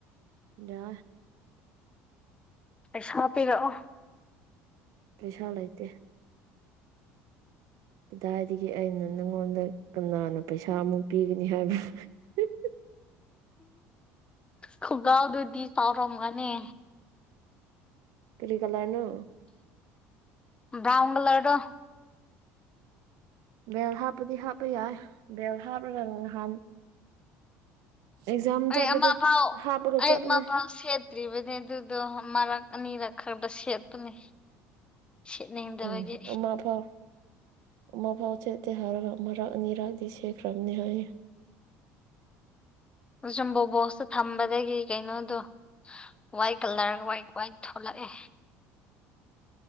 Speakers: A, on the right; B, on the left.
A: ꯗ
B: ꯁꯣ ꯄꯤꯔꯛꯏ
A: ꯩꯁꯜ ꯑꯥꯏꯇ ꯑꯗꯨꯗꯥꯏꯗꯒꯤ ꯑꯩꯅ ꯅꯪꯉꯣꯟꯗ ꯀꯅꯥꯅꯣ ꯄꯩꯁꯥ ꯑꯃꯨꯛ ꯄꯤꯒꯅꯤ ꯍꯥꯏꯕ ꯍ <unintelligible> <inaudible>
B: ꯈꯨꯒꯥꯎꯗꯨꯗꯤ ꯆꯥꯎꯔꯝꯒꯅꯤ
A: ꯀꯔꯤ ꯀꯂꯔꯅ
B: ꯕ꯭ꯔꯥꯎꯟꯒ ꯂꯔꯔꯣ
A: ꯕꯦꯜ ꯍꯥꯞꯄꯨꯗꯤ ꯍꯥꯞꯄ ꯌꯥꯏ ꯕꯦꯜ ꯍꯥꯞꯂꯒ ꯅꯍꯥꯟ ꯑꯦꯛꯖꯥꯝ
B: ꯑꯩ
A: ꯆꯠꯄꯗ
B: ꯑꯃ ꯐꯥꯎ
A: ꯍꯥꯞꯄꯒ
B: ꯑꯩ
A: ꯆꯠꯄꯅꯦ
B: ꯑꯃ ꯐꯥꯎ ꯁꯦꯠꯇ꯭ꯔꯤꯕꯅꯦ ꯑꯗꯨꯗꯣ ꯃꯔꯛ ꯑꯅꯤꯔꯛ ꯈꯔꯗ ꯁꯦꯠꯄꯅꯦ ꯁꯦꯠꯅꯤꯡꯗꯕꯒꯤ
A: ꯎꯝ ꯑꯃ ꯐꯥꯎ ꯃꯐꯥꯎ ꯆꯇ ꯍꯔꯃꯔꯅꯤꯔꯒꯗꯤꯁꯦ ꯀ꯭ꯔꯝꯅꯤ ꯍꯥꯏꯌꯦ <unintelligible> <inaudible>
B: ꯑ ꯁꯨꯝꯕꯣ ꯕꯣꯛꯁꯇ ꯊꯝꯕꯗꯒꯤ ꯀꯩꯅꯣꯗꯣ ꯋꯥꯏꯠ ꯀꯂꯔ ꯋꯥꯏꯠ ꯋꯥꯏꯠ ꯊꯣꯛꯂꯛꯑꯦ